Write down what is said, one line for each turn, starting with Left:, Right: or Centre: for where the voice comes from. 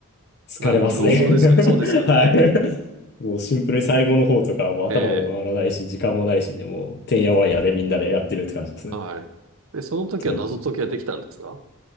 Left: 疲れますね。
Right: な労働ですよね。
Left: <laughs>
Right: そうですよね。
Left: はい。もうシンプルに最後の方とか、もう頭も回らないし、
Right: ええ、
Left: 時間もないしで、もう、てんやわんやでみんなでやってるって感じですね。
Right: はい。
Left: 本
Right: で、その時は謎解きはできたんですか
Left: 当に。